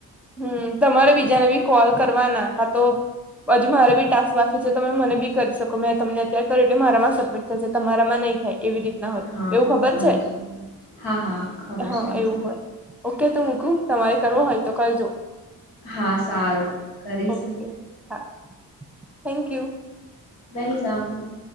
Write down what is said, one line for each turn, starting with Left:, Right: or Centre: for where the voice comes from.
Centre: હમ્મ, તમારે બીજાને બી કોલ કરવાના કા તો હજુ મારે બી ટાસ્ક બાખી છે તમે મને બી કરી શકો મેં તમને અત્યારે કરો એટલે મારામાં સબમિટ થશે તમારામાં નહી થાય એવી રીત ના હોય
Left: હા
Centre: એવું ખબર
Left: સમજી
Centre: છે.
Left: હા હા ખબર
Centre: હા,
Left: છે
Centre: એવું
Left: તો
Centre: હોય. ઓકે તો મુકુ તમારે કરવો હોય તો કરજો
Left: હા સારું કરીશ
Centre: ઓકે હા. Thank you.
Left: વેલકમ.